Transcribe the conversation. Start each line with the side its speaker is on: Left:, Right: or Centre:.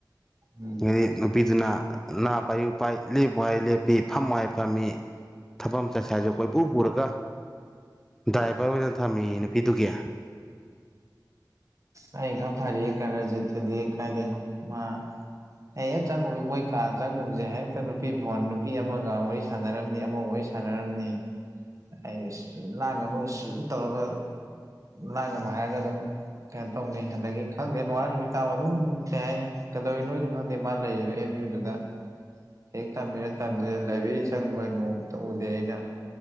Right: ꯎꯝ
Centre: ꯑꯗꯒꯤ ꯅꯨꯄꯤꯗꯨꯅ ꯅꯥ ꯄꯥꯏꯌꯨ ꯄꯥꯏ ꯂꯦꯞꯨ ꯍꯥꯏ ꯂꯦꯞꯄꯤ ꯐꯝ ꯍꯥꯏ ꯐꯝꯃꯤ ꯊꯕꯐꯝ ꯆꯠꯁꯦ ꯍꯥꯏꯔꯁꯖ ꯀꯣꯏꯄꯨ ꯄꯨꯔꯒ ꯗ꯭ꯔꯥꯏꯚꯔ ꯑꯣꯏꯅ ꯊꯝꯃꯤ ꯅꯨꯄꯤꯗꯨꯒꯤ
Right: ꯑꯩꯒ ꯐꯔꯤ ꯀꯅꯖꯤꯗꯤ ꯀꯥꯏꯗ ꯃꯥ ꯑꯩ ꯍꯦꯛ ꯆꯪꯉꯨꯕ ꯃꯣꯏ ꯀꯥ ꯆꯪꯉꯨꯕꯁꯦ ꯍꯦꯛꯇ ꯅꯨꯄꯤ ꯐꯣꯟ ꯅꯨꯄꯤ ꯑꯃꯒ ꯋꯥꯔꯤ ꯁꯥꯟꯅꯔꯝꯅꯤ ꯑꯃ ꯋꯥꯔꯤ ꯁꯗꯔꯅꯤ ꯑꯩ ꯂꯥꯡꯒꯅꯨ ꯁꯨꯝ ꯇꯧꯔꯒ ꯂꯥꯡꯒꯅꯨ ꯍꯥꯏꯔꯒ ꯑꯗꯨꯝ ꯀꯩꯅꯣ ꯇꯧꯅꯤ ꯑꯗꯒꯤ ꯈꯪꯗꯦ ꯅꯨꯡꯉꯥꯏ ꯅꯨꯃꯤꯠ ꯇꯥꯕ ꯑꯗꯨꯝ ꯀꯩ ꯍꯥꯏꯅꯤ ꯀꯩꯗꯧꯔꯤꯅꯣꯁꯨ ꯈꯪꯗꯦ ꯃꯥ ꯂꯩꯔꯤꯗꯣ ꯑꯦꯝ ꯌꯨ ꯗꯨꯗ ꯍꯦꯛ ꯇꯝꯃꯤꯔ ꯇꯗꯨꯗ ꯂꯥꯏꯕ꯭ꯔꯦꯔꯤ ꯆꯪꯕ ꯅꯣꯡꯃꯇ ꯎꯗꯦ ꯑꯩꯅ